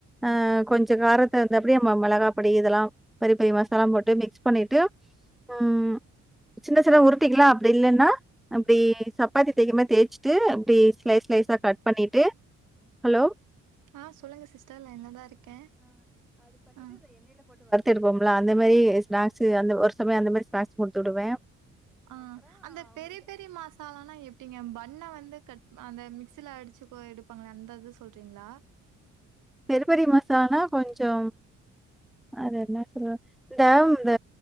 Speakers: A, in the centre; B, on the right (about 85°).
A: ஆ கொஞ்சோ காரத்தகுந்தாப்டி நம்ம மேளகாபடி இதெல்லாம் பறிப்பறி மசாலா போட்டு மிக்ஸ் பண்ணிட்டு உம் சின்ன சின்ன உருட்டிக்கலாம் அப்டி இல்லன்னா அப்டி சப்பாத்தி தேக்கமா தேய்ச்சுட்டு அப்டி ஸ்லைஸ்ஸ்லைஸா கட் பண்ணிட்டு ஹலோ
B: ஆ சொல்லுங்க சிஸ்டர் லைனதான் இருக்கே ஆ
A: இருப்போம்லா அந்த மேறி ஸ்நாக்ஸ் அந்த ஒர்த் சமய அந்த மாறி ஸ்நாக்ஸ் குடுத்துடுவே
B: ஆ அந்த பெரி பெரி மசாலனா எப்டிங்க பண்ண வந்து கட் அந்த மிக்சில அடிச்சுகோ எடுப்பாங்களே அந்த இது சொல்றீங்களா
A: பெருப்பறி மசானா கொஞ்சோ அது என்ன சொல்ல இந்த இந்த